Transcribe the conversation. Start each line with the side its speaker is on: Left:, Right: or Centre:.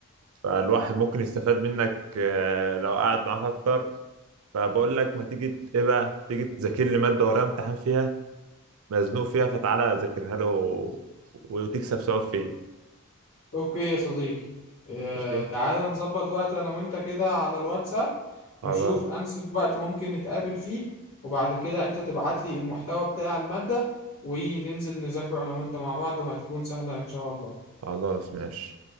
Right: فالواحد ممكن يستفاد منك آه، لو قعد معاك اكتر فبقول لك ما تيجي ت- ايه بقى تيجي تذاكر لي ماده ورايا امتحان فيها مزنوق فيها فتعالى ذاكرها له وتكسب ثواب فيه
Left: اوكي يا صديقي آه،
Right: ماشي
Left: تعالى نظبط وقت انا وانت كده على الواتساب
Right: خلاص
Left: نشوف انسب وقت ممكن نتقابل فيه وبعد كده انت تبعت لي المحتوى بتاع المادة وننزل نذاكره انا وانت مع بعض وهتكون سهلة ان شاء الله
Right: خلاص ماشي